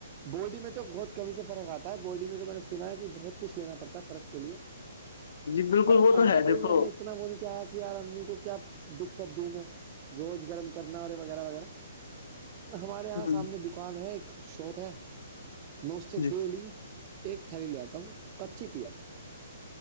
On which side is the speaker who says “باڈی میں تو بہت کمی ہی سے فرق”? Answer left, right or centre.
Right